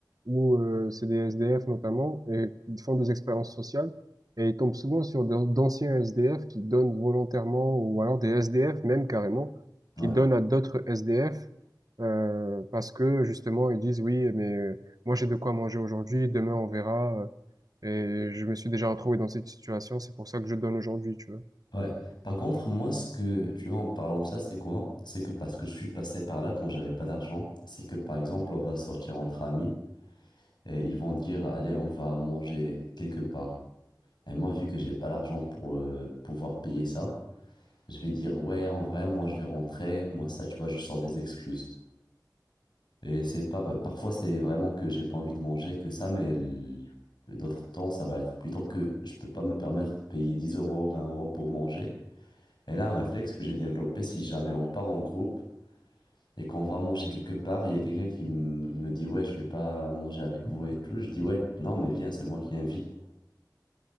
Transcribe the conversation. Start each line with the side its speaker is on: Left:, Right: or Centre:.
Right: où euh, c'est des SDF notamment, et ils font des expériences sociales, et ils tombent souvent sur d'an- d'anciens SDF qui donnent volontairement, ou alors des SDF même carrément,
Left: Ouais.
Right: qui donnent à d'autres SDF, euh, parce que justement, ils disent, oui, mais euh, moi j'ai de quoi manger aujourd'hui, demain on verra, euh, et je me suis déjà retrouvé dans cette situation, c'est pour ça que je donne aujourd'hui, tu vois.
Left: Ouais. Par contre, moi, ce que, tu vois, en parlant de ça, c'est quoi? C'est que parce que je suis passé par là quand j'avais pas d'argent, c'est que, par exemple, on va sortir entre amis et ils vont dire, allez, on va manger quelque part. Et moi, vu que j'ai pas l'argent pour euh, pouvoir payer ça, Je vais dire, ouais, en vrai, moi, je vais rentrer, moi, ça, tu vois, je sors des excuses. Et c'est pas, parfois, c'est vraiment que j'ai pas envie de manger, que ça, mais l- d'autres temps, ça va être plutôt que je peux pas me permettre de payer 10 euros, 20 euros pour manger. Et là, un réflexe que j'ai développé, si jamais on part en groupe et qu'on va manger quelque part, il y a quelqu'un qui m- me dit, ouais, je vais pas manger avec vous et tout. Je dis, ouais, non, mais viens, c'est moi qui invite.